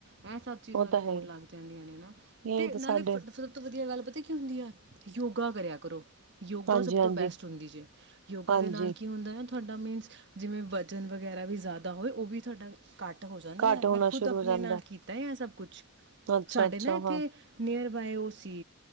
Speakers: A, on the right; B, on the right.
A: ਇਹ ਸਭ ਚੀਜ਼ਾਂ
B: ਉਹ
A: ਵੀ
B: ਤਾਂ ਹੈ
A: ਹੋਣ
B: ਹੀ
A: ਲੱਗ ਜਾਂਦੀਆਂ ਨੇ ਹਨ
B: ਇਹੀ
A: ਤੇ
B: ਤਾਂ
A: ਨਾਲੇ
B: ਸਾਡੇ
A: ਸਭ ਤੋਂ ਵਧੀਆ ਗੱਲ ਪਤਾ ਕੀ ਹੁੰਦੀ ਆ ਯੋਗਾ ਕਰਿਆ ਕੁੁਰੂ ਯੋਗਾ
B: ਹਾਂਜੀ
A: ਸਭ
B: ਹਾਂਜੀ
A: ਤੋਂ ਬੈਸਟ ਹੁੰਦੀ ਜੇ ਯੋਗਾ
B: ਹਾਂਜੀ
A: ਦੇ ਨਾਲ ਕੀ ਹੁੰਦਾ ਹੈ ਤੁਹਾਡਾ ਮੀਨਸ ਜਿਵੇਂ ਵਜ਼ਨ ਵਗੈਰਾ ਵੀ ਜ਼ਿਆਦਾ ਹੋਏ ਉਹ ਵੀ ਤੁਹਾਡਾ ਘੱਟ ਹੋ ਜਾਂਦਾ
B: ਘੱਟ
A: ਆ
B: ਹੋਣਾ
A: ਮੈਂ ਖੁਦ
B: ਸ਼ੁਰੂ
A: ਆਪਣੇ
B: ਹੋ ਜਾਂਦਾ
A: ਨਾਲ ਕੀਤਾ ਆ ਸਭ ਕੁਛ
B: ਹੈ। ਅੱਛਾ
A: ਸਾਡੇ
B: ਅੱਛਾ
A: ਨਾ ਇੱਥੇ
B: ਹਾਂ
A: ਨੀਅਰ ਬਾਏ ਉਹ ਸੀ